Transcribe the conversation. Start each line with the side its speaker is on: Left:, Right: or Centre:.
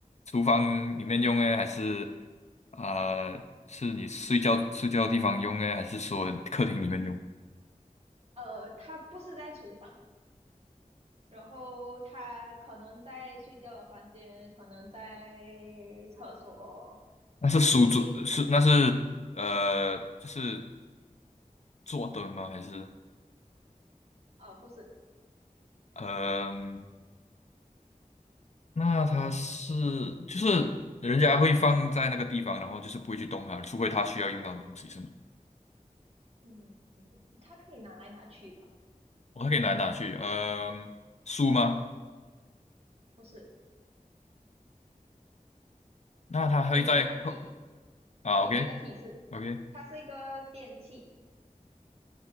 Left: 厨房里面用呢，还是啊、呃是你睡觉睡觉的地方用呢，还是说客厅里面用？
Right: 呃，它不是在厨房，然后它可能在睡觉的房间，可能在厕所，
Left: 那是书桌是那是呃就是
Right: 不一定。
Left: 坐的吗？还是
Right: 呃，不是，
Left: 嗯，那它是就是人家会放在那个地方，然后就是不会去动它，除非它需要用到的东西是吗？
Right: 嗯，它可以拿来拿去的，
Left: 我还可以拿来拿去，嗯、书吗？
Right: 不是。
Left: 那他会在
Right: 给你一个提，
Left: 啊，OK
Right: 给你一个提示，
Left: OK，
Right: 它是一个电器，